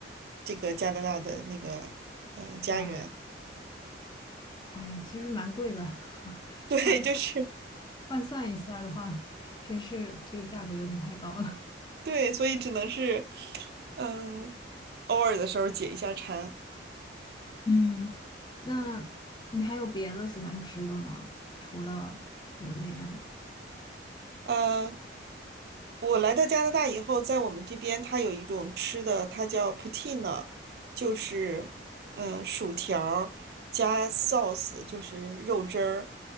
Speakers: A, on the right; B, on the left.
A: 这个加拿大的那个，嗯，家园，
B: 哇，哎呀，其实蛮贵的，<laughs>
A: <laughs> 对，
B: 换
A: 就是
B: 换算一下的话，真是这个价格有点太高了。
A: 对，所以只能是，嗯，偶尔的时候解一下馋。
B: 嗯 <laughs>，那你还有别的喜欢吃的吗？除了榴莲？
A: 嗯，我来到加拿大以后，在我们这边它有一种吃的，它叫 poutine，就是嗯薯条儿加 sauce，就是肉汁儿，